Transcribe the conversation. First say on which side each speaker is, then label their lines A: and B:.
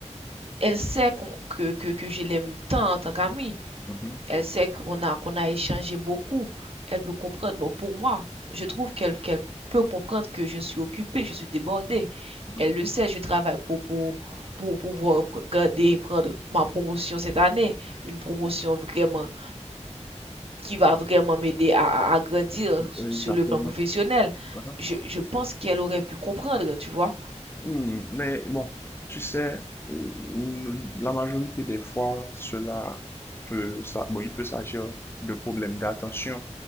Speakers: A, on the right; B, on the left.
A: Elle sait qu'on- que, que, que je l'aime tant en tant qu'amie.
B: mhm,
A: Elle sait qu'on a, qu'on a échangé beaucoup. Elle peut comprendre. Bon, pour moi, je trouve qu'elle qu'elle peut comprendre que je suis occupée, je suis débordée.
B: mhm.
A: Elle le sait, je travaille pour, pour, pour pouvoir pr- garder, prendre ma promotion cette année. Une promotion vraiment qui va vraiment m'aider à, à, à grandir
B: Euh,
A: sur
B: Exactement.
A: le plan professionnel.
B: Uh-huh.
A: Je, je pense qu'elle aurait pu comprendre, tu vois.
B: Hmm, Mais bon, tu sais, euh, la majorité des fois, cela peut, ça, bon, il peut s'agir de problèmes d'attention.